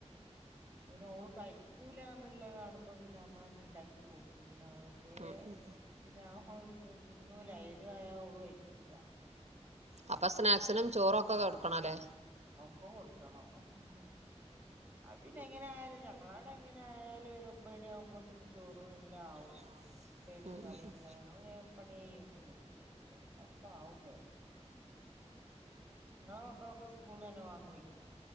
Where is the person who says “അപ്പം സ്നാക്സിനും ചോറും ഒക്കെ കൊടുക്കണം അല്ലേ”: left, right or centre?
Right